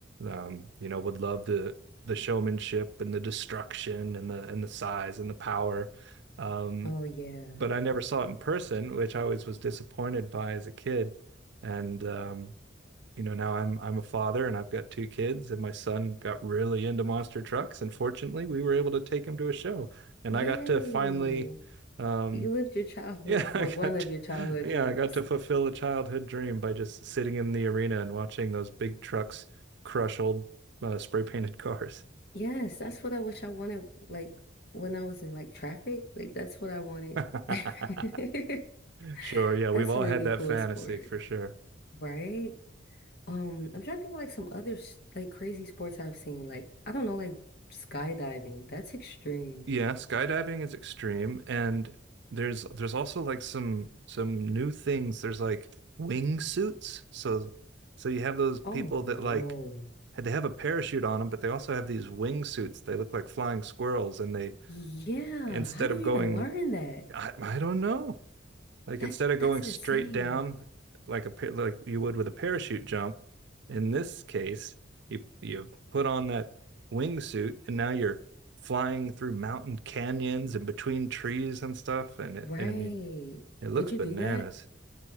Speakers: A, on the right (about 65°); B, on the left (about 55°).
A: um, you know, would love the the showmanship and the destruction and the and the size and the power. Um,
B: Oh yeah.
A: but I never saw it in person, which I always was disappointed by as a kid. And um, you know, now I'm I'm a father and I've got two kids, and my son got really into monster trucks, and fortunately, we were able to take him to a show, and
B: Yay.
A: I got to finally. Um,
B: You lived your childhood,
A: yeah,
B: well,
A: <laughs> I
B: one
A: got
B: of
A: to,
B: your childhood
A: yeah,
B: dreams.
A: I got to fulfill a childhood dream by just sitting in the arena and watching those big trucks crush old uh, spray painted cars.
B: Yes, that's what I wish I wanted, like when I was in like traffic. Like that's what I wanted.
A: <laughs>
B: <laughs>
A: Sure, yeah, we've
B: That's
A: all
B: a really
A: had that
B: cool
A: fantasy
B: sport,
A: for sure.
B: right? Um, I'm trying to think of like some other s- like crazy sports I've seen. Like, I don't know, like skydiving. That's extreme.
A: Yeah, skydiving is extreme and there's there's also like some some new things. There's like wingsuits. So so you have those people
B: Oh no.
A: that like they have a parachute on them, but they also have these wingsuits. They look like flying squirrels and they
B: Yeah.
A: instead
B: How do
A: of
B: you
A: going
B: even learn that?
A: I, I don't know. Like
B: That
A: instead of
B: that's
A: going straight
B: insane.
A: down like a pa- like you would with a parachute jump, in this case, you you put on that wingsuit and now you're flying through mountain canyons and between trees and stuff. And it,
B: Right.
A: I mean, it looks
B: Would you
A: bananas.
B: do that?